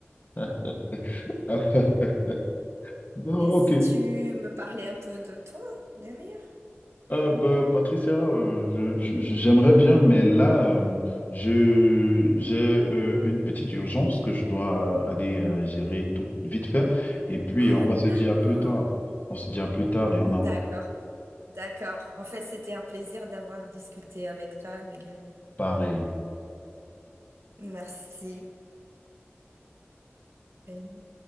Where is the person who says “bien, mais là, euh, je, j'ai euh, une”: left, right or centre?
Left